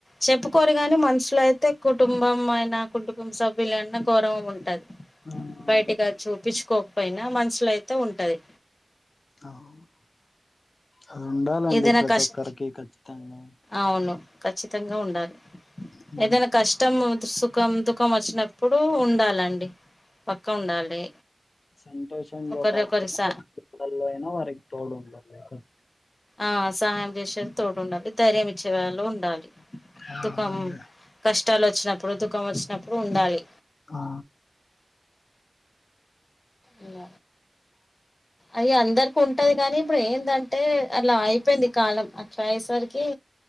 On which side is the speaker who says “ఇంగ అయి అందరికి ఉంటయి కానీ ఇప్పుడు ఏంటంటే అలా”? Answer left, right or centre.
Left